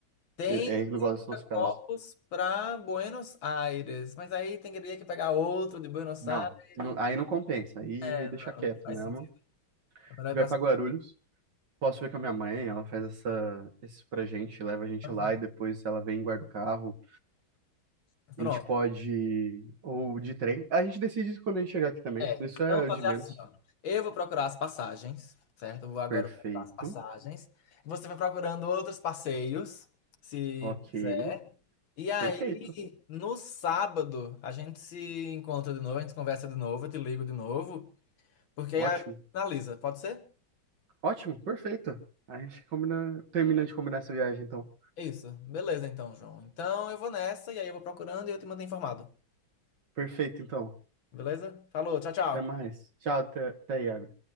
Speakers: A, on the left; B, on the right.
A: Tem
B: É é igual esse nosso caso.
A: Corpus para Buenos Aires, mas aí teria que pegar outro de Buenos
B: Não,
A: Aires.
B: não- aí não compensa. Aí
A: É,
B: deixa quieto
A: não faz
B: mesmo.
A: sentido. É melhor
B: Vai
A: ir para
B: pra
A: São
B: Guarulhos. Posso ver com a minha mãe, ela faz essa, isso pra gente, leva a gente
A: Paulo.
B: lá e depois ela vem e guarda o carro
A: né? Pronto.
B: A gente pode. Ou de trem. A gente decide isso quando a gente chegar aqui também.
A: É.
B: Isso é
A: Então,
B: o
A: vou
B: de
A: fazer
B: menos.
A: assim, ó. Eu vou procurar as passagens, certo? Eu vou agora
B: Perfeito.
A: procurar as passagens. Você vai procurando outros passeios, se
B: Ok.
A: quiser. E aí,
B: Perfeito.
A: no sábado, a gente se encontra de novo, a gente conversa de novo, eu te ligo de novo, porque
B: Ótimo.
A: aí a gente finaliza, pode ser?
B: Ótimo. Perfeito. A gente combina... termina de combinar essa viagem, então.
A: Isso. Beleza, então, João. Então eu vou nessa, e aí eu vou procurando e eu te mando informado.
B: Perfeito, então.
A: Beleza? Falou, tchau, tchau.
B: Até mais. Tchau, até, até aí, Iago.